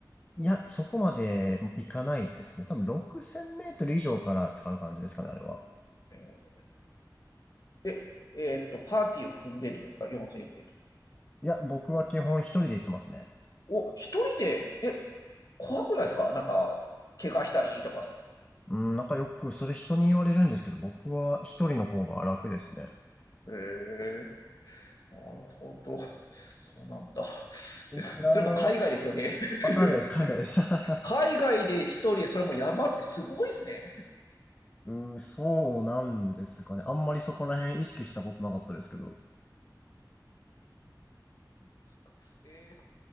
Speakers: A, on the left (about 20°); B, on the left (about 50°).
A: いや、そこまでいかないですね。多分6000メートル以上から使う感じですかね、あれは。
B: えーで、えーっと、パーティーを組んでってことですか ?4000 メートル。
A: いや、僕は基本一人で行ってますね。
B: お、一人で、え、怖くないですかなんか、怪我したりとか。
A: うん、なんかよくそれ人に言われるんですけど、僕は一人の方が楽ですね。
B: へえなるほど。そうなんだ。
A: いやー、
B: <laughs> それも海外ですよね。<laughs>
A: あ、海外です、海外です。<laughs>
B: 海外で一人で、それも山ってすごいですね。
A: うん、そうなんですかね。あんまりそこら辺意識したことなかったですけど。
B: <laughs> えー